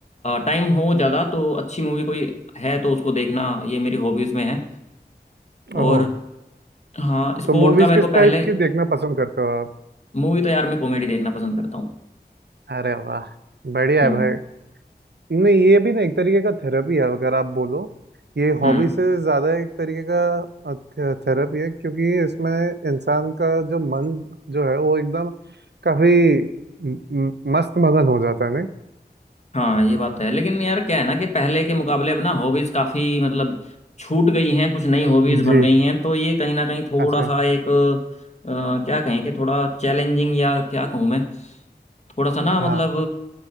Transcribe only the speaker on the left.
टाइम हो ज़्यादा तो अच्छी मूवी कोई है तो उसको देखना ये मेरी हॉबीज़ में है
और हाँ स्पोर्ट
का मेरे
को पहले
मूवी तो यार मैं कॉमेडी देखना पसंद करता हूँ
हम्म
हम्म
हाँ ये बात तो है लेकिन यार क्या है ना कि पहले के मुकाबले अब ना हॉबीज काफी मतलब छूट गई हैं कुछ नई हॉबीज
बन गई हैं तो ये कहीं ना कहीं थोड़ा
सा एक अ, क्या कहें कि थोड़ा चैलेंजिंग या क्या कहूँ मैं थोड़ा सा ना
मतलब